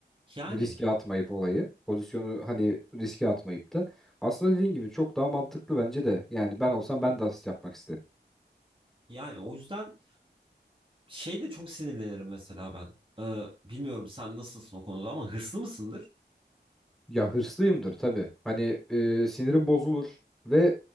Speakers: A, on the right; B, in the centre.
A: yani
B: Riske atmayıp olayı. Pozisyonu hani riske atmayıp da. Aslında dediğin gibi çok daha mantıklı bence de. Yani ben olsam ben de asist yapmak isterim.
A: yani o yüzden Şey de çok sinirlenirim mesela ben. Ee, bilmiyorum sen nasılsın o konuda ama hırslı mısındır?
B: Ya hırslıyımdır tabii. Hani e, sinirim bozulur ve